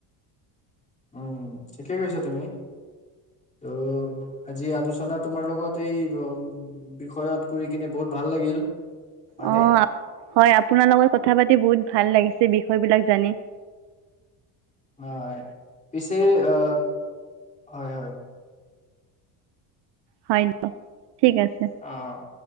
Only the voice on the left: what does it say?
উম ঠিকেই কৈছা তুমি ত আজি আলোচনা তোমাৰ লগত এই উম বিষয়ত কৰি কিনে বহুত ভাল লাগিল হয়নে
হয় পিছে অ হয় হয়
অ